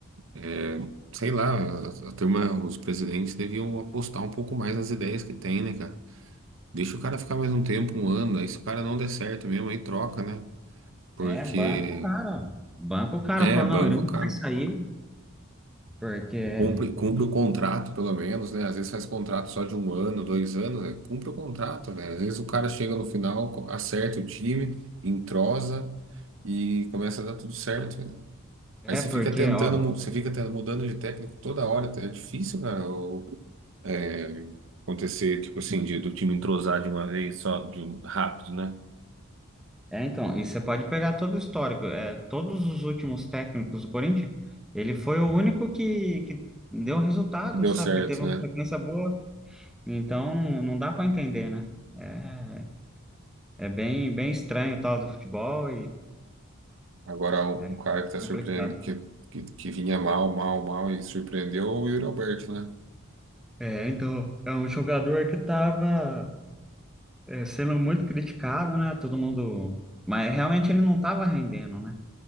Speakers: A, on the right; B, in the centre.
A: É, Sei lá, a, a turma, os presidentes deviam apostar um pouco mais nas ideias que tem, né, cara? Deixa o cara ficar mais um tempo, um ano, aí se o cara não der certo mesmo, aí troca, né? Porque
B: É, banco, cara. Banco, o cara
A: é
B: falou,
A: banco,
B: não, ele não
A: cara.
B: vai sair. Porque.
A: Cumpre, cumpre o contrato, pelo menos, né? Às vezes faz contrato só de um ano, dois anos, né? Cumpre o contrato, velho Às vezes o cara chega no final, co- acerta o time, entrosa e começa a dar tudo certo, né?
B: É,
A: Aí você
B: porque,
A: fica tentando,
B: ó.
A: mu- você fica tentando, mudando de técnico toda hora, é difícil, cara, o- é, acontecer, tipo assim, de- do time entrosar de uma vez só, de um- rápido, né?
B: É, então, e você pode pegar todo o histórico, é, todos os últimos técnicos do Corinthians, ele foi o único que, que deu resultado,
A: E deu
B: sabe?
A: certo,
B: Que teve uma
A: né?
B: sequência boa. Então, não, não dá para entender, né? É, é bem, bem estranho o tal do futebol
A: Agora, um
B: É
A: um cara que tá surpreendendo,
B: complicado.
A: que, que, que vinha mal, mal, mal e surpreendeu é o Yuri Alberto, né?
B: É, então, é um jogador que estava sendo muito criticado, né? Todo mundo. Mas realmente ele não estava rendendo, né?